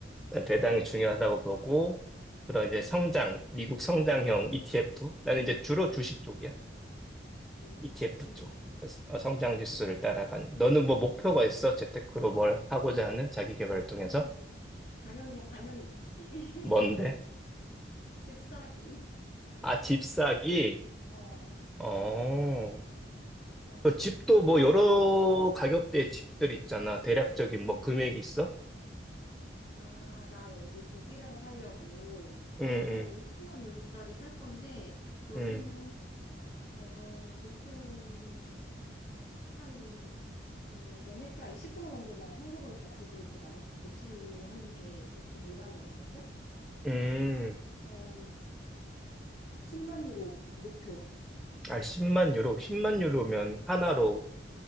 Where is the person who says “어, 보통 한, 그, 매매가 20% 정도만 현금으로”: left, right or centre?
Left